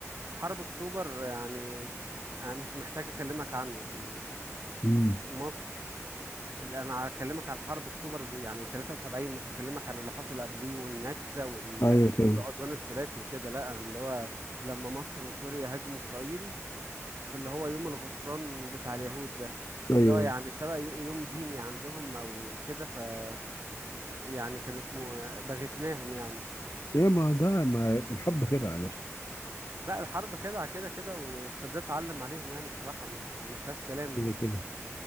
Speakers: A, on the right; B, on the left.
A: حرب اكتوبر يعني انا مش محتاج اكلمك عنه يعني
B: مم.
A: مصر ال- انا هكلمك على حرب اكتوبر يعني 73 مش هكلمك عن اللي حصل قبليه والنكسه وال...
B: ايوه فاهم
A: والعدوان الثلاثي وكده لا أنا اللي هو لما مصر وسوريا هاجموا اسرائيل في اللي هو يوم الغفران بتاع اليهود ده
B: ايوه
A: اللي هو يعني شبه ي- يوم ديني عندهم او كده ف يعني كانت م... بغتناهم يعني
B: ايه ما ده ما الحب خدعه يا باشا
A: لا الحرب خدعه كده كده والسادات علم عليهم يعني بصراحه ما, ما فيهاش كلام
B: كده
A: دي
B: كده